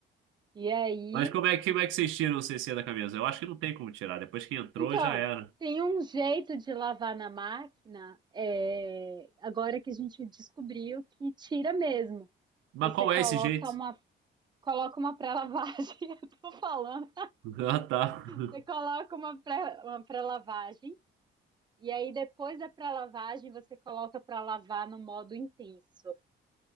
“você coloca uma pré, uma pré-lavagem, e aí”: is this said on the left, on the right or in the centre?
Right